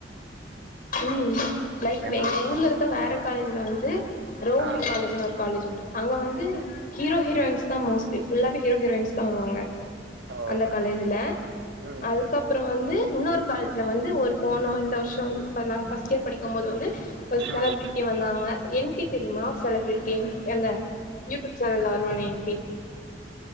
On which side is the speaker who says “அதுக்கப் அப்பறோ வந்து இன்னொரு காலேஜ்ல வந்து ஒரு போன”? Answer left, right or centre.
Left